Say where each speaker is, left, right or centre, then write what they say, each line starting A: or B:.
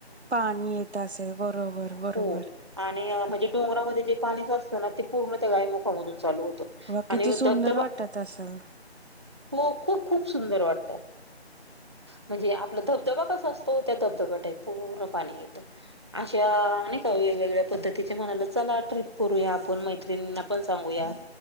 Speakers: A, on the right; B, on the right.
A: पाणी येत असेल बरोबर. बरोबर
B: हो आणि म्हणजे डोंगरामध्ये जे पाणी असतं ना ते पूर्ण त्या गायमुखामधून चालू होत.
A: वा
B: आणि
A: किती सुंदर
B: धबधबा
A: वाटत असेल
B: खूप खूप सुदर वाटत म्हणजे आपला धबधबा कसा असतो त्या धबधबा्या टा पाणी येत अशा वेगवेगळ्या पद्धतीचे म्हणाला चला ट्रिप करूया आपण मैत्रिणीना पण सांगूया.